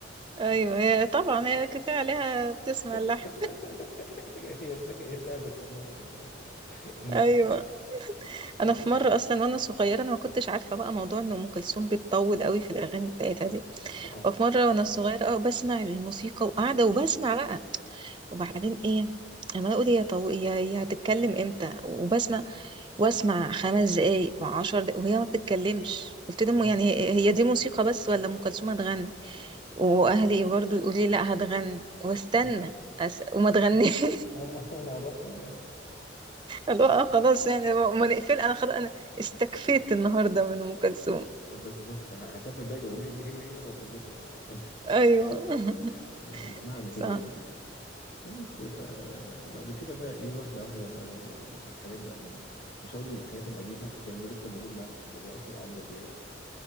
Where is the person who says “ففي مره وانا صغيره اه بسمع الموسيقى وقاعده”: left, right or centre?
Right